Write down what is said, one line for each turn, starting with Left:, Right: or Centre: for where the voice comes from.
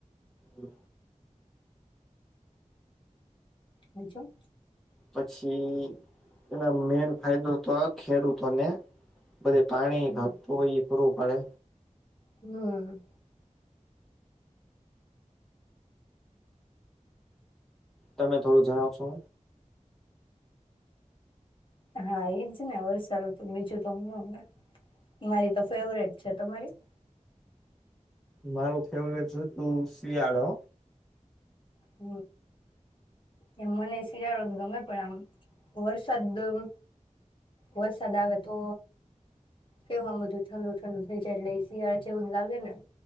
Centre: બ.
Left: બીજું.
Centre: પછી એનો મેન ફાયદો તો ખેડૂતોને. બધ પાણી
Left: હમ
Centre: ખું હો એ ખોરું પાડે.
Left: હમ.
Centre: તમે થોડું જણાવશો.
Left: હા એઈજ ને વર્સાાલું તું બીજું તોમને મારી તો ફેવરેટ છે તમારી.
Centre: મારું ખેવ છે તું શિયાળો.
Left: હ એમ મને શિયાળો ગમે પણ આમ વર્ષ સદ દમ વરસાદ આવે તો. કે બધું ઠડ ઠંડ થઈ જાય એટલે એ શિયાળ જેવું લાગે ને.